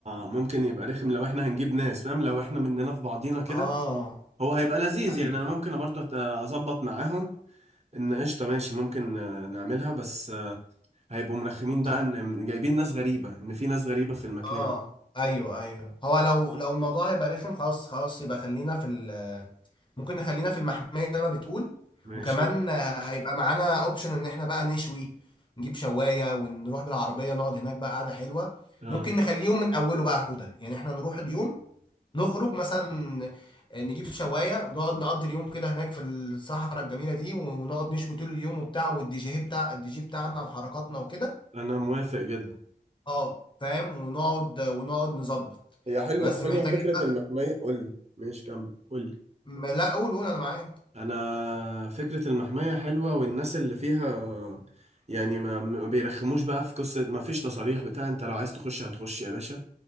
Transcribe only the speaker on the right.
ممكن يبقى رخم لو احنا هنجيب ناس فاهم لو احنا مننا في بعضينا كده
هو هيبقى لذيذ
يعني انا ممكن برضه أت- اظبط معاهم ان قشطه ماشي ممكن آه، نعملها بس آه، هيبقوا مرخمين
بقى ان جايبين ناس غريبه ان في ناس غريبه في المكان
ماشي
اه
انا موافق جدا
هي حلوة
حلوة
فكرة المحمية قول لي ماشي كمل قول لي
انا فكرة المحمية حلوة والناس اللي فيها يعني ما ما بيرخموش بقى في قصة ما فيش تصاريح بتاع انت لو عايز تخش هتخش يا باشا